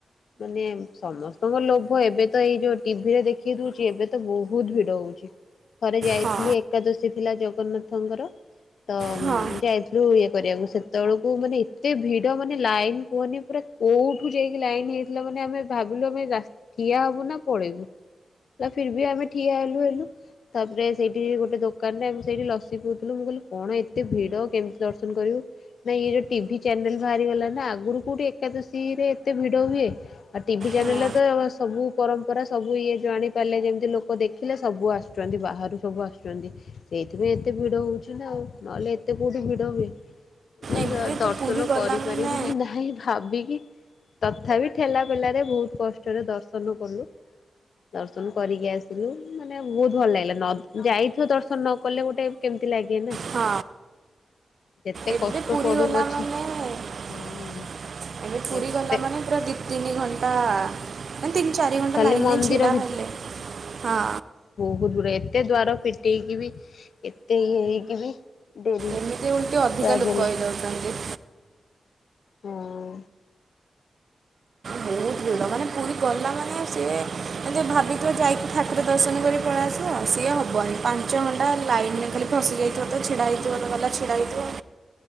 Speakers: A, on the left (about 75°); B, on the right (about 55°).
A: ମାନେମ୍ ସମସ୍ତଙ୍କ ଲୋଭ ଏବେ ତ ଏଇ ଯୋଦ୍। ଟିଭିରେ ଦେଖେଇ ଦୋଉଛି ଏବେ ତ ବହୁତ୍ ଭିଡ଼ ଓଉଛି। ଥରେ ଯାଇଥିଲୁ
B: ହଁ
A: ଏକାଦଶୀ ଥିଲା ଜଗନ୍ନାଥଙ୍କର ତ
B: ହଁ
A: ଉଁ ଯାଇଥ୍ ଲୁ ଇଏ କରିୟାକୁ ସେତବେଳକୁ ମାନେ ଏତେ ଭିଡ ମାନେ ଲାଇନ୍ କୁହନି ପୁରା କୋଉଠୁ ଯେଇଁକି ଲାଇନି ହେଇ। ପିଲା ମାନେ ଆମେ ଭାବିଲୁ ଆମେ ଯାସ୍ତ ଠିଆ ଅବୁ ନା ପଳେଇବୁ। ଲା ଫିର୍ବି ଆମେ ଠିଆ ଏଲୁ ଏଲୁ। ତାପରେ ସେଇଟିରି ଗୋଟେ ଦୋକାନ୍ ନେଁ ମୁଁ ସେଇଠି ଲସି ପିଉଥୁଲୁ। ମୁଁ ଗଲୁ କଣ ଏତେ ଭିଡ଼ କେମିତି ଦର୍ଶନ କରିବୁ। ନାଇଁ ଇଏ ଯୋଉ ଟିଭି ଚ୍ୟାନେଲ୍ ଭାହାରିଗଲା ନା ଆଗୁରୁ କୋଉଠି ଏକାଦଶୀରେ ଏତେ ଭିଡ଼ ହୁଏ। ଆ ଟିଭି ଚ୍ୟାନେଲ୍
B: ନା
A: ଲା ତ ବସ୍ ସବୁ ପରମ୍ ପରା ସବୁ ଇଏ ଜାଣିପାରିଲେ ଯେମିତି ଲୋକ ଦେଖିଲେ ସବୁ ଆସୁଚ୍ୱନ୍ତି ବାହାରୁ ସବୁ ଆସୁଚ୍ୱନ୍ତି। ସେଇଥିପାଇ ଏତେ ଭିଡ଼ ହୋଉଛି ନାଁ ଆଉ ନଏଲେ ଏତେ କୋଉଠି ଭିଡ଼ ହୁଏ <unintelligible> ମୁଁ
B: ଏବେ
A: ଦର୍ଶନ
B: ତ ପୁରୀ ଗଲା
A: କରିପାରିବୁ
B: ମାନେ
A: କି ନାହଁ ଭାବିକି ତଥାବି ଠେଲାପେଲାରେ ଭୋହୁତୁ କଷ୍ଟରେ ଦର୍ଶନ କଲୁ। ଦର୍ଶନ କରିକି ଆସିଲୁ ମାନେ ଭୋହୁତ ଭଲ୍ ଲାଗିଲା ନବ୍ଧ ଯାଇଥିବ ଦର୍ଶନ ନ କଲେ ଗୋଟେ କେମିତି ଲାଗେ ନା।
B: ହଁ
A: ଯେତେ
B: ଏବେ
A: କଷ୍ଟ
B: ପୁରୀ
A: ପଡୁ
B: ଗଲା
A: ପଛେ
B: ମାନେ। ଏବେ
A: ହଁ
B: ପୁରୀ
A: ଯେତେ
B: ଗଲା ମାନେ ପୁରା ଦି ତିନି ଘଣ୍ଟା। କନ୍ ତିନି ଚାରି ଘଣ୍ଟା
A: ଖାଲି
B: ଲାଇନିରେ
A: ମନ୍ଦିର
B: ଛିଡ଼ା ହେଲେ ହଁ।
A: ବୋଧୁରେ ଏତେ ଦ୍ୱାର ଫିଟେଇକି ବି ଏତେ ଇଏ ହେଇକି ବି ଡେରି
B: ଏମିତି ଉଲ୍ଟି ଅଧିକା
A: ଯାହାବି
B: ଲୋକ
A: ହେଲେ
B: ହେଇଯାଉଛନ୍ତି।
A: ହଁ
B: ବହୁତ୍ ଭି ଜଗନ୍ନାଥ ପୁରୀ ଗଲା ମାନେ ସିଏ ଆନ୍ଧେ ଭାବିଥିବ ଯାଇକି ଠାକୁର ଦର୍ଶନ କରି <unintelligible> ପଳେଇଆସିବ ସିଏ ହବନି ପାଞ୍ଚ ଘଣ୍ଟା ଲାଇ <unintelligible> ନରେ ଖାଲି ପସି ଦେଇଥିବ ତ ଛିଡା ହେଇଥିବ। ଗଲା ଛିଡ଼ା ହେଇଥିବ।